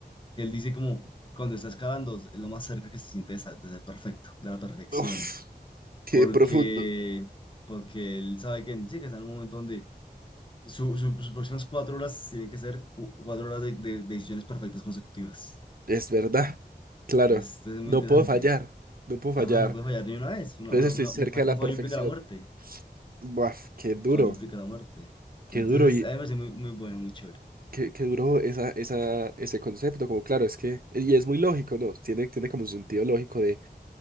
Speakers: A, on the left (about 30°); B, on the right (about 60°).
A: que él dice como, cuando estás cavando, es lo más cerca que se siente de sa- de ser perfecto, de la perfección,
B: Uf, qué
A: porque,
B: profundo.
A: porque él sabe que, sí, que está en un momento donde su- su- sus próximas cuatro horas tienen que ser cu- cuatro horas de, de- de decisiones perfectas consecutivas.
B: Es verdad. Claro,
A: Este es
B: no
A: muy interesante.
B: puedo fallar,
A: es-
B: no puedo fallar.
A: Ajá, no puede fallar ni una vez. Una,
B: Entonces
A: una- una-
B: estoy cerca
A: un, fa-
B: de
A: un
B: la
A: fallo
B: perfección.
A: implica la muerte.
B: Buaf, qué duro,
A: Un fallo implica la muerte.
B: qué
A: Entonces,
B: duro y
A: a mí me parece muy, muy bueno, muy chévere.
B: qué, qué duro esa, esa, ese concepto. Como claro, es que, y es muy lógico, ¿no? Tiene, tiene como un sentido lógico de,